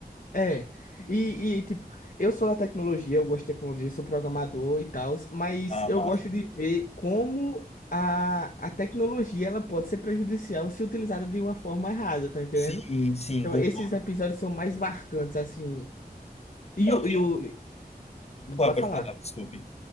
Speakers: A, on the left (about 60°); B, on the left (about 40°).
A: É, e, e, tipo, eu sou da tecnologia, eu gosto de tecnologia, sou programador e tal, mas
B: a
A: eu
B: massa.
A: gosto de ver como a, a tecnologia ela pode ser prejudicial se utilizada de uma forma errada, tá entendendo?
B: Sim, sim,
A: Então,
B: concordo.
A: esses episódios são mais marcantes, assim. E
B: Não,
A: o,
B: tem,
A: e o...
B: pode
A: Pode
B: pode
A: falar.
B: falar, desculpe.